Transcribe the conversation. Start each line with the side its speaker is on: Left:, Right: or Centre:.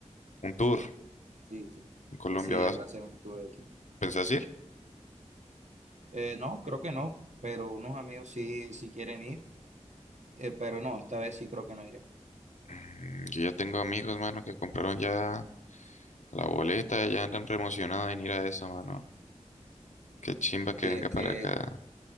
Left: un tour
Right: Sí, sí.
Left: en Colombia.
Right: Sí,
Left: ¿Vas,
Right: él va a hacer un tour aquí.
Left: pensás ir?
Right: Eh, no, creo que no, pero unos amigos sí, sí quieren ir, eh, pero no, esta vez sí creo que no iré.
Left: Mm, Yo ya tengo amigos, mano, que compraron ya la boleta, ya andan re emocionados en ir a eso, mano. Qué chimba que
Right: Sí,
Left: venga
Right: es que,
Left: para acá.